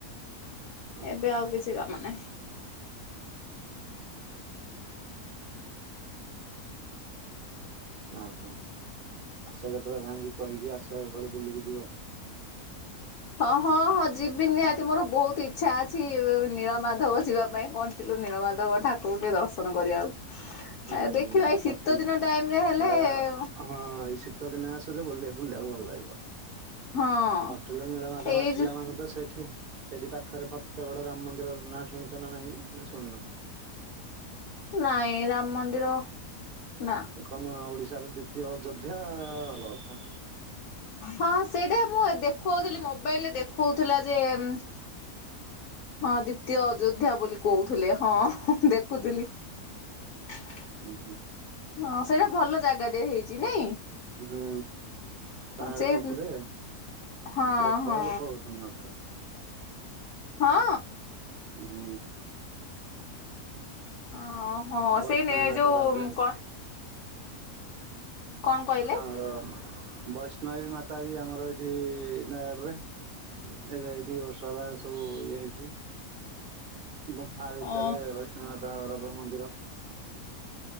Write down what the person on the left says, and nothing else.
ଏବେ ଆଉ କିଛି କାମ ନାହିଁ।
ହଁ ହଁ ହଁ ଯିବିନି ନିହାତି ମୋର ବହୁତ ଇଛା ଅଛି ନୀଳ ମାଧବ ଯିବା ପାଇଁ କଣ୍ଟିଲୋ ନୀଳମାଧବ ଠାକୁରଙ୍କୁ ଟିକେ ଦର୍ଶନ କରିବାକୁ।
ଦେଖିବା ଏଇ ଶୀତ
ଦିନ ଟାଇମ ରେ ହେଲେ
ହଁ
ଏଇ
ଯୋଉ
ନାଇଁ ରାମ ମନ୍ଦିର ନା
ହଁ ସେଇଟା ମୁଁ ଦେଖଉଥିଲି ମୋବାଇଲରେ ଦେଖଉଥିଲା ଯେ ଉଁ ମଁ ହଁ ଦ୍ଵିତୀୟ ଅଯୋଧ୍ୟା ବୋଲି କହୁଥିଲେ ହଁ ଦେଖ ଦେଖୁଥିଲି ହଁ
ସେଇଟା ଭଲ ଜାଗା ଟେ ହେଇଛି ନାଇଁ?
ସେଇ
ହଁ
ହଁ
ହଁ।
ଓହୋ
ସେଇ ନେ
ଯୋଉ
କ କଣ କହିଲେ?
ଓ